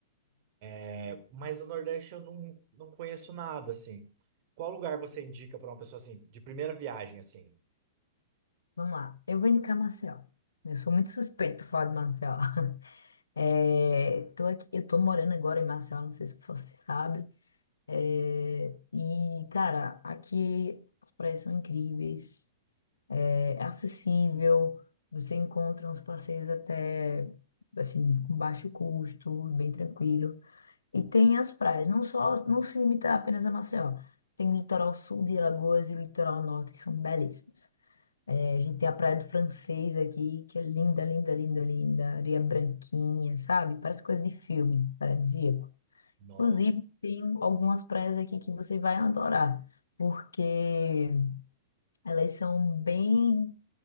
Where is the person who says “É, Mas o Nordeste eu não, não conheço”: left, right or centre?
Right